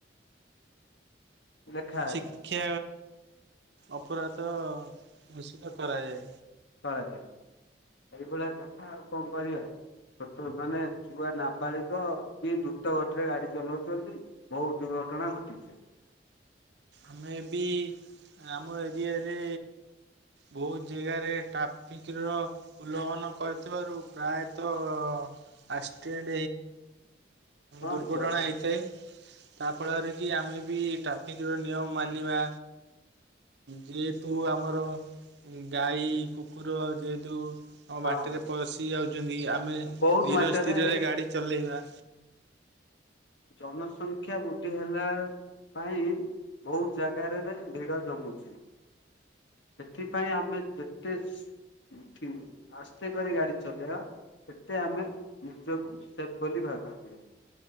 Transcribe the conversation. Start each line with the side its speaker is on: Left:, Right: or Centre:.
Left: <unintelligible> ଲେଖା ଅଛି
Right: ଶିକ୍ଷା ଅପରାଧ ଘୂଷିତ କରାଯାଏ
Left: କରାଯାଏ ଏଇଭଳିଆ କଥା ଆଉ କଣ କରିବା ଛୋଟ ମାନେ ଛୁଆ ନାପାଳିକ କି ଦ୍ରୁତ ଗତିରେ ଗାଡି ଚଲାଉଛନ୍ତି ବହୁତ ଦୁର୍ଘଟଣା ଘଟିଛି
Right: ଆମେ ଏ ବି ଆମ ଏରିଆରେ ବହୁତ ଜାଗାରେ ଟ୍ରାଫିକ ର ଉଲ୍ଲଂଘନ କରିଥିବାରୁ ପ୍ରାୟତଃ ଆଷ୍ଟେଟ
Left: ହଁ
Right: ଦୁର୍ଘଟଣା
Left: ଜ
Right: ହୋଇଥାଏ, ତା ଫଳରେ କି ଆମେ ବି ଟ୍ରାଫିକ୍ ଯୋଉ ନିୟମ ମାନିବା। ଯେହେତୁ ଆମର ଗାଈ କୁକୁର ଯେହେତୁ ଆମ
Left: ହଁ
Right: ବାଟରେ ପଶି ଯାଉଚନ୍ତି, ଆମେ
Left: ବହୁତ
Right: ଧୀର
Left: ମାତ୍ରାରେ
Right: ସ୍ଥିରରେ ଗାଡ଼ି ଚଲେଇବା।
Left: ଜନସଂଖ୍ୟା ବୃଦ୍ଧି ହେଲା ପାଇଁ ବହୁତ ଜାଗାରେ ରେ ଭିଡ ଜମୁଚି। ସେଥିପାଇଁ ଆମେ ଯେତେ ଠିକ୍, ଆସ୍ତେ କରି ଗାଡି ଚଲେଇବା ସେତେ ଆମେ ନିଜକୁ ସେଫ ବୋଲି ଭାବିବା।